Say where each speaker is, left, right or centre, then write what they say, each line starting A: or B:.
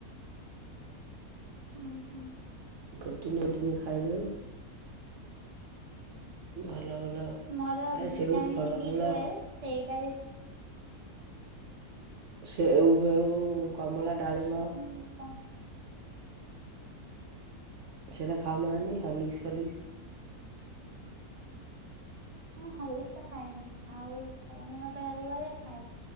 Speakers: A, on the right; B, on the right.
A: ହୁଁ!
B: ପ୍ରେ। ଟିନ ଓଟିନ ଖାଇଦେବେ। ଭଲ ଭଲ ଆ
A: ମୋର ଭିଟାମିନ୍
B: ସେଉ ଫଳମୁଳ
A: ବି ଟୁଏଲ୍ଭ ସେଇଟା ବି-
B: ସେଉଫେଉ, କମଳା, ଡାଳିିମ୍ୱ।
A: ହୁଁ କ-
B: ସେରା ଖାଉନାହାନ୍ତି ହଲିକ୍ସ ଫଲିକ୍ସ!
A: ମୁଁ ହଲିକ୍ସିଟା ଖାଏନି, ଆଉ ଫଳମୂଳ କହିବାକୁ ଗଲେ ଖାଏ।